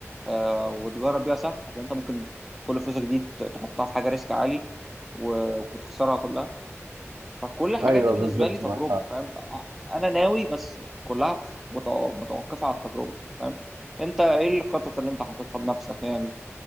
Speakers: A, in the centre; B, on the right.
A: آه وتجرب بيها صح عشان انت ممكن كل فلوسك دي ت- تحطها في حاجه ريسك عالي و- وتخسرها كلها فكل الحاجات
B: ايوه
A: دي بالنسبه
B: بالظبط
A: لي تجربه
B: معاك حق
A: فاهم انا ناوي بس كلها في- متو- متوقفه على التجربه أنت فاهم انت ايه الخطط اللي انت حاططها لنفسك يعني